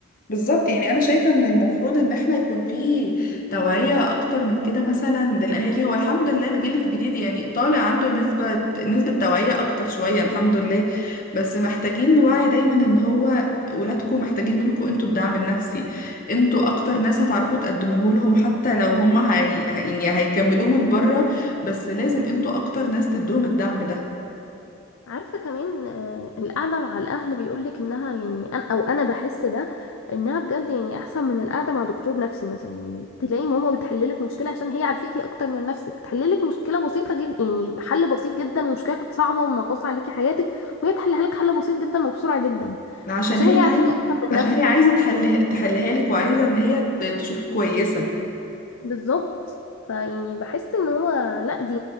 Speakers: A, on the left; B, on the left.
A: بالظبط يعني انا شايفه ان المفروض ان احنا يكون في توعيه اكتر من كده مثلا للاهالي هو الحمد لله الجيل الجديد يعني طالع عنده نسبه نسبه توعيه اكتر شويه الحمد لله بس محتاجين نوعي دايما ان هو ولادكم محتاجين منكم انتوا الدعم النفسي انتوا اكتر ناس هتعرفوا تقدموه لهم حتى لو هم هي... هي- يعني هيكملوه من بره بس لازم انتوا اكتر ناس تدوهم الدعم ده
B: عارفة كمان آه، القعدة مع الأهل بيقولك إنها يعني أنا أو أنا بحس ده إنها بجد يعني أحسن من القعدة مع دكتور نفسي مثلا يعني تلاقي ماما بتحللك مشكلة عشان هي عارفاكي أكتر من نفسك تحللك مشكلة بسيطة جدا يعني بحل بسيط جدا ومشكلة كانت صعبة ومنغصة عليكي حياتك وهي تحلها لك حل بسيط جدا وبسرعة جدا
A: عشان
B: عشان
A: هي
B: هي عارفاني
A: عايزه
B: أكتر من
A: عشان
B: نفسي
A: هي عايزه تحل تحلها لك وعايزه ان هي ت- تشوفك كويسه
B: بالظبط فيعني بحس إن هو لأ دي